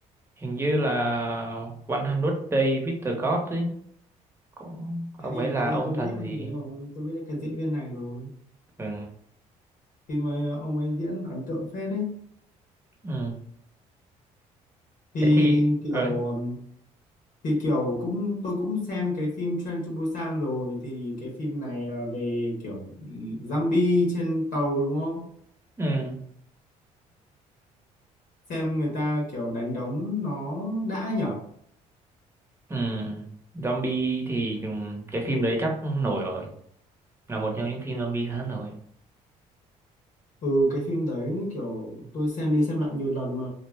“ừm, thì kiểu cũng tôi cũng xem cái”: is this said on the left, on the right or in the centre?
Left